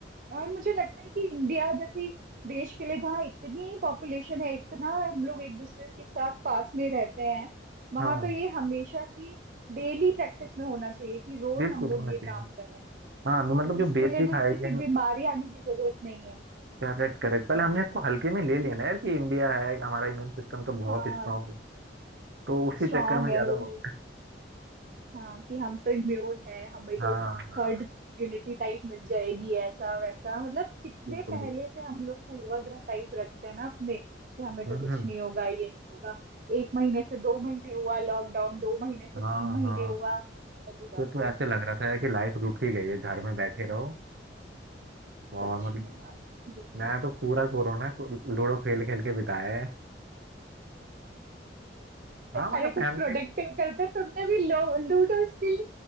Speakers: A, on the right (about 50°); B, on the right (about 65°).
A: और मुझे लगता है कि इंडिया जैसी देश के लिए जहाँ इतनी पॉपुलेशन है इतना हम लोग एक दूसरे के साथ पास में रहते हैं वहां
B: हाँ
A: तो ये हमेशा की डेली प्रैक्टिस में होना चाहिए कि रोज
B: बिल्कुल
A: हम लोग
B: होना
A: ये
B: चाहिए
A: काम करें
B: हाँ मतलब जो
A: उसके
B: बेसिक
A: लिए कोई
B: हाइजीन
A: किसी बीमारी आने की जरूरत नहीं है
B: करेक्ट करेक्ट पहले
A: हम्म,
B: हमने इसको हल्के में ले लेना है यार कि इंडिया है हमारा इम्यून सिस्टम तो बहुत
A: हाँ
B: स्ट्रांग है तो उसी
A: स्ट्रांग
B: चक्कर में
A: है
B: ज्यादा
A: वही
B: हो
A: हाँ कि हम तो इम्यून है हमें
B: हाँ
A: तो
B: हाँ
A: हर्ड इम्यूनिटी टाइप मिल जाएगी ऐसा वैसा मतलब कितने
B: बिल्कुल
A: पहले
B: बिल्कुल
A: से हम लोग पूर्वाग्रह टाइप रखते हैं ना अपने कि हमें
B: हम्म
A: तो कुछ
B: हम्म,
A: नहीं होगा ये नहीं होगा एक महीने से दो महीने हुआ लॉकडाउन दो महीने से
B: हाँ
A: तीन महीने
B: हाँ
A: हुआ अरे बाप
B: फिर तो
A: रे
B: ऐसे लग रहा था यार कि
A: बस
B: लाइफ रुक ही गई है घर में बैठे रहो और
A: सच
B: मतलब
A: में यार वही
B: मैं तो पूरा कोरोना को लूडो खेल खेल के बिताया है हाँ मतलब
A: अरे कुछ
B: फैमिली
A: प्रोडक्टिव करते तो तुमने भी लो- लूडो स्किल